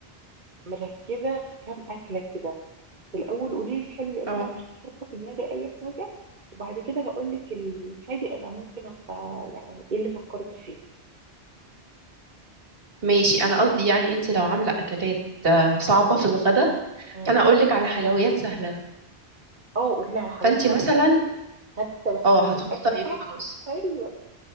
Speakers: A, on the right; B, on the right.
A: مركزة في كام اكلة كده بس الاول قولي لي الحلو لان
B: اه
A: انا مش حاطة في دماغي اي حاجة وبعد كده هقول لك الحادي انا ممكن ابقى يعني ايه اللي فكرت فيه
B: ماشي انا قصدي يعني انتي لو عامله اكلات آه، صعبه
A: مم.
B: في الغدا
A: مم.
B: فانا اقول لك على حلويات سهله
A: اه قولي لي على حاجات
B: فانتي
A: سهلة
B: مثلا
A: حتى لو
B: اه هتخبطي
A: الأكل
B: طيب
A: سهل
B: خلاص
A: أيوه